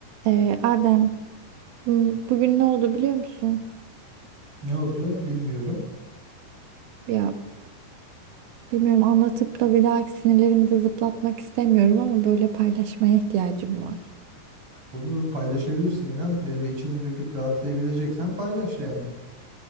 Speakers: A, on the right; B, on the right.
A: Ee, Adem, m, bugün ne oldu biliyor musun?
B: Ne oldu bilmiyorum.
A: Ya bilmiyorum anlatıp da bir dahaki sinirlerimi de zıplatmak istemiyorum ama böyle paylaşmaya ihtiyacım var.
B: Olur paylaşabilirsin İrem. Böyle içine döküp rahatlayabileceksen paylaş yani.